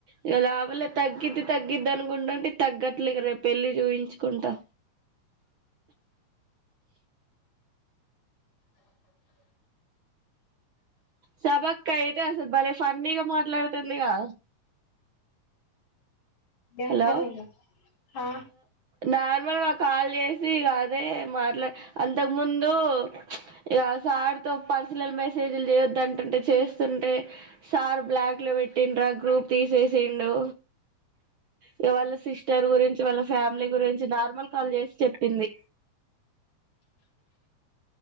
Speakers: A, on the right; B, on the left.
A: ఇక లాభలే తగ్గిద్ది తగ్గిద్ అనుకుంటుంటే తగ్గట్లేక రేపు వెళ్ళి చూయిించుకుంటా సబక్ అయితే అసలు భలే ఫన్నీగా మాట్లాడుతుందిగా
B: ఏం
A: హలో
B: పని ఇగ ఆ
A: నార్మల్గా కాల్ చేస్ కాదే మాట్లా అంతకు ముందు ఇక సార్ తో పర్సనల్ మెసేజ్లు చేయొద్దుంటంటే చేస్తుంటే సార్ బ్లాక్ లో పెట్టిండరా గ్రూప్ తీసేసిండు ఇక వాళ్ళ సిస్టర్ గురించి వాళ్ళ ఫ్యామిలీ గురించి నార్మల్ కాల్ చేసి చెప్పింది